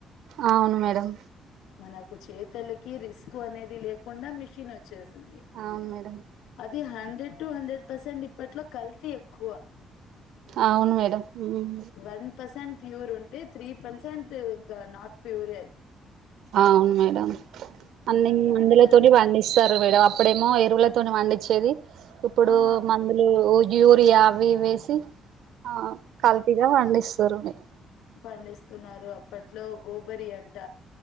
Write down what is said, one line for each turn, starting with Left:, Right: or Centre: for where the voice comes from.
Right: అవును మేడం
Left: మనకు చేతులకి రిస్క్ అనేది లేకుండా మిషన్ వచ్చ చేసింది.
Right: అవును మేడం
Left: అది హండ్రెడ్ టు హండ్రెడ్ పర్సెంట్ ఇప్పట్లో కల్తీ ఎక్కువ
Right: అవున్ మేడం హ్మ్
Left: వన్ పర్సెంట్ ప్యూర్ ఉంటే త్రీ పర్సెంట్ ఇంక నాట్ ప్యూరెది
Right: అ అవును మేడం అన్ని
Left: దాని
Right: మందుల
Left: వల్ల
Right: తోటి పండిస్తారు అప్పుడేమో ఎరువుల తోని పండిచ్చేది. ఇప్పుడు
Left: ఆ
Right: మ యూరియ అవి ఇవివేసి ఆ కల్తీగా పండిస్తారు మీరు
Left: పండిస్తున్నారు అప్పటి ఇంట్లో గోబరి అంట